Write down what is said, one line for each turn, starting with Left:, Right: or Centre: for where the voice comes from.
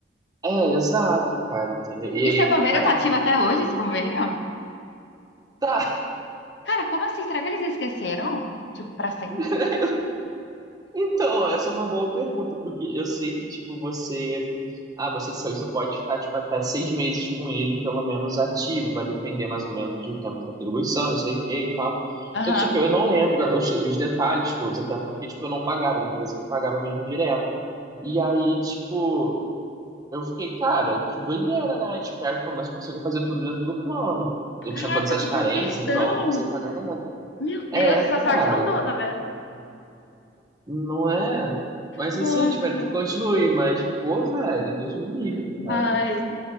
Right: é, exato, cara, entendeu? E
Left: E
Right: aí
Left: seu
Right: é que
Left: convênio
Right: tá.
Left: tá ativo até hoje, esse convênio?
Right: Tá.
Left: Cara, como assim? Será que eles esqueceram? Tipo, pra sempre?
Right: <laughs> Então, essa é uma boa pergunta, porque eu sei que, tipo, você. Ah, você saiu, você pode ficar, tipo, até seis meses com ele, pelo menos ativo, vai depender mais ou menos do tempo de contribuição, não sei o que e tal.
Left: Aham.
Right: Só que, tipo, eu não lembro os, os detalhes todos, até porque, tipo, eu não pagava, era a empresa que pagava mesmo direto. E aí, tipo, eu fiquei, cara, que doideira, né? Espero que pelo menos eu consiga fazer tudo dentro do plano. Eu
Left: Caraca,
Right: tinha todas as
Left: que
Right: carências,
Left: perfeição!
Right: então eu não precisei pagar nada.
Left: Meu
Right: É,
Left: Deus, essa
Right: cara.
Left: sorte eu não dou, tá vendo?
Right: Não é? Mas
Left: Nossa,
Right: assim, espero que continue. Mas, pô, velho, Deus me livre,
Left: vai,
Right: cara.